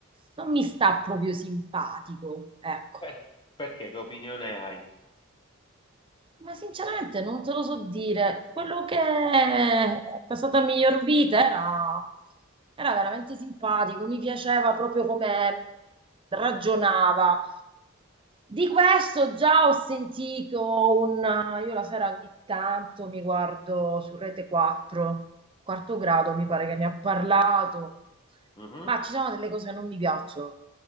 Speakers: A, on the right; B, on the left.
A: Non mi sta proprio simpatico, ecco.
B: Per- perché? Che opinione hai?
A: Ma sinceramente non te lo so dire. Quello che è passata a miglior vita era, era veramente simpatico, mi piaceva proprio come ragionava. Di questo già ho sentito un... Io la sera ogni tanto mi guardo su Rete 4, quarto grado mi pare che ne ha parlato,
B: Mhm.
A: ma ci sono delle cose che non mi piacciono,